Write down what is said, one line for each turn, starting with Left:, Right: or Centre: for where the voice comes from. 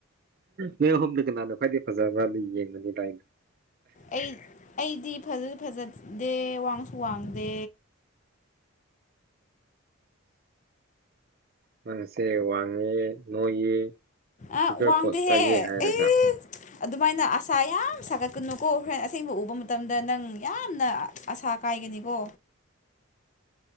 Right: ꯅ ꯍꯣꯝꯅ ꯀꯅꯥꯗꯣ ꯈ꯭ꯋꯥꯏꯗꯤ ꯐꯖꯕ꯭ꯔꯥ ꯑꯗꯨ ꯌꯦꯡꯉꯅꯤ ꯂꯥꯏꯅ
Left: ꯑꯩ ꯑꯩꯗꯤ ꯐꯖꯁꯨ ꯐꯖꯗꯦ ꯋꯥꯡꯁꯨ ꯋꯥꯡꯗꯦ
Right: ꯅꯪꯁꯦ ꯋꯥꯡꯉꯦ ꯅꯣꯏꯌꯦ
Left: ꯑ
Right: ꯐꯤꯒꯔ
Left: ꯋꯥꯡꯗꯍꯦ
Right: ꯄꯣꯁ ꯇꯥꯏꯌꯦ ꯍꯥꯏꯔꯒ
Left: ꯑꯦ ꯑꯗꯨꯃꯥꯏꯅ ꯑꯁꯥ ꯌꯥꯝ ꯁꯥꯒꯠꯀꯅꯨꯀꯣ ꯍꯣꯔꯦꯟ ꯑꯁꯦꯡꯕ ꯎꯕ ꯃꯇꯝꯗ ꯅꯪ ꯌꯥꯝꯅ ꯑꯁꯥ ꯀꯥꯏꯒꯅꯤꯀꯣ